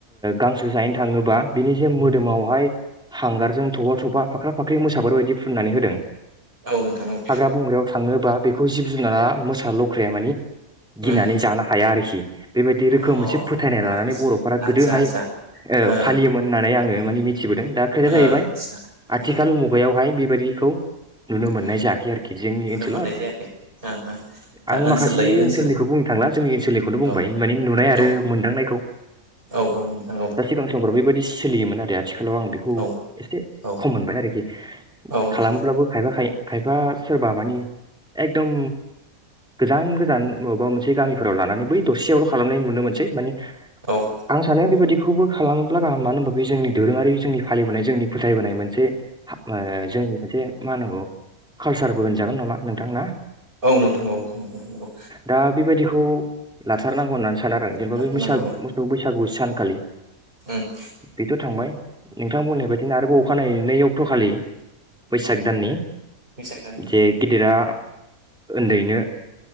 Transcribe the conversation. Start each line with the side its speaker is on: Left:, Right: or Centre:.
Centre: गांसो जाहैनो थाङोबा बिनि जे मोदोमावहाय हांगारजों थबा थबा फाख्रा फाख्रि मोसाफोरबायदि फुननानै होदों।
Right: औ नोंथां औ।
Centre: हाग्रा बंग्रायाव थाङोबा बेखौ जिब जुनारा मोसा लख्राया मानि गिनानै
Right: उम
Centre: जानो हाया आरो खि बेबायदि
Right: अ
Centre: रोखोम मोनसे फोथायनाय लानानै
Right: आतसा
Centre: बर'फोरा
Right: आतसा
Centre: गोदोहाय
Right: आतसा ओ
Centre: फालियोमोन होननानै आंङो माने मिथिबोदों दा खोथाया
Right: ओ
Centre: जाहैबाय
Right: आतसा
Centre: आथिखाल
Right: उम
Centre: मुगायावहाय बे बादिखौ नुनो मोननाय
Right: उम
Centre: जायाखै आरोखि जोंनि
Right: नुनो
Centre: ओनसोलाव
Right: मोननाय जायाखै ओ ओ दा
Centre: आं
Right: ओनसोल
Centre: माखासे एसे
Right: लायै ओनसोल
Centre: ओनसोलनिखौ बुंनो थांला जोंनि ओनसोलनिखौनो बुंबाय
Right: औ
Centre: माने नुनाय आरो
Right: औ
Centre: मोनदांनायखौ
Right: औ नोंथां औ
Centre: दा सिगां समफ्राव बेबायदि सोलियोमोन आरो। आथिखालाव आं बेखौ
Right: औ
Centre: एसे
Right: औ
Centre: खम मोनबाय आरोखि
Right: औ नोंथां
Centre: खालामोब्लाबो
Right: औ
Centre: खायबा खाय खायफा सोरबा मानि एकदम गोजान गोजान मबेबा मोनसे गामिफोराव लानानै बै दसेयावल' खालामनाय नुनो मोनसै माने
Right: औ
Centre: आं सानो बेबायदि बेखौबो खालामोब्ला गाहाम मानो होनबा बे जोंनि दोरोंङारि जों फालिबोनाय जों फोथायबोनाय मोनसे जोंनि मोनसे मा होननांगौ कालसारबो होनजागोन नामा नोंथां ना?
Right: औ नोंथां औ। नंगौ नंगौ
Centre: दा बेबायदिखौ लाथारनांगौ होननानै सानो आरो जेनेबा
Right: थाथारनांगौ
Centre: बै बैसा
Right: औ
Centre: मोसौ बैसागु सानखाालि
Right: उम औ
Centre: बेथ' थांबाय नोंथां बुंनाय बायदिनो आरोबाव अखानायै नै अक्ट'खालि बैसाग दाननि
Right: बैसाग दाननि
Centre: जे गिदिरा उन्दैनो